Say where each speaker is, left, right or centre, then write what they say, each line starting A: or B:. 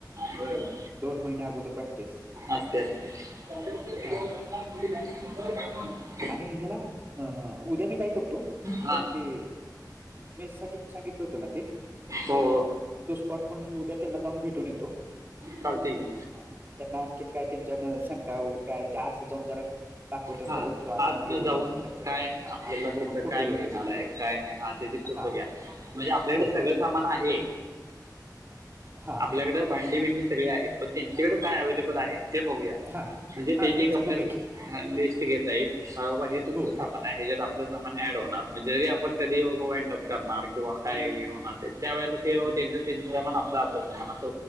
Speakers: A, on the right (about 50°); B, on the right (about 30°).
A: होय होय
B: दोन महिने अगोदर प्रॅक्टिस
A: असते असते <unintelligible>
B: हा आणि ह्याला अ उद्या मी काय करतो
A: हा
B: ते मीस साठी सांगितलं होतं ना ते.
A: हो हो
B: तो स्पॉट पण उद्या त्यांना जाऊन भेटून येतो
A: चालते की
B: ह त्यांना काय त्यांच्यान शंका वगैरे काय त्या हात जाऊन जरा दाखवतात
A: हा
B: का बघतो आत
A: आज न
B: बघून
A: जाऊन
B: येतो मी त्यांच्याकडे
A: काय
B: हा
A: आपल्याला
B: आतन बघून
A: तिथं
B: फोटो
A: काय
B: घेतो
A: मिळणार
B: तिथनं
A: आहे काय नाही आ घ्या
B: हा
A: म्हणजे आपल्याकड
B: हो
A: सगळं सामान आहे.
B: हा
A: आपल्याकडें भांडी भिंडी सगळे आहेत पण त्यांच्याकडे काय अव्लेबल आहे ते बघूया.
B: हा
A: म्हणजे
B: हा
A: ते जे
B: त्यांचं
A: एक आपल्याला
B: बघूया की
A: लिस्ट घेता येईल हबा हे तुमचं
B: हो
A: सामान. ह्याच्यात आपलं सामान ऍड होणार म्हणजे जरी आपण कधी वाइंड अप करणार किंवा काय होणार. त्या वेळेला तेनन आपलं आपला..